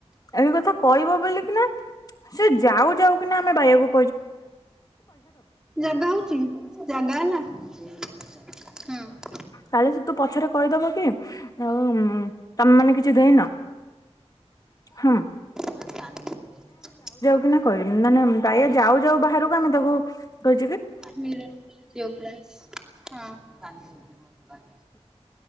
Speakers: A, on the left; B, in the centre.
A: ଏବେ କଥା କହିବ ବୋଲି କିନା ସେ ଯାଉ ଯାଉ କିନା ଆମେ ରାଇକୁ
B: ଜାଗା ହଉଛି ଜାଗା ହେଲା ହୁଁ।
A: କାଳେ ସେ ତୋ ପଛରେ କହିଦବ। ହେଲା ଆଉ ତମେ ମାନେ କିଛି ଦେଇନ ହଁ।
B: <inaudible>
A: ନା କହିବିନି ମାନେ ବାୟା ଯାଉ ଯାଉ ବାହାରକୁ ଆମେ ତାକୁ ଭେ
B: ମିରର ପଟେକ୍ ଗ୍ଲାସ ହଁ।